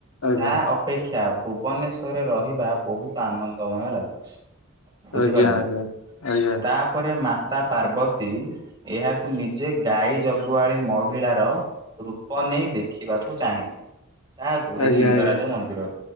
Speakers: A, on the left; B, on the right.
A: ଆଜ୍ଞା।
B: ତା ଅ ଅପେକ୍ଷା ଭୁବନେଶ୍ଵରରେ ରହିବା ବହୁତ୍ ଆନନ୍ଦମୟ ଲାଗୁଛି। ବୁଝିପାରିଲୁ
A: ଆଜ୍ଞା ଆଜ୍ଞା ଆଜ୍ଞା
B: ତାପରେ ମାତା ପାର୍ବତୀ ଏହାକୁ ନି ଯେ ଗାଈ ଜଗୁଆଳି ମହିଳାର ରୂପ ନେଇ ଦେଖିବାକୁ ଚାହିଁଲେ। କାହାକୁ ଏଇ
A: ଆଜ୍ଞା
B: ଲିଙ୍ଗରାଜ
A: ଆଜ୍ଞା
B: ମନ୍ଦିର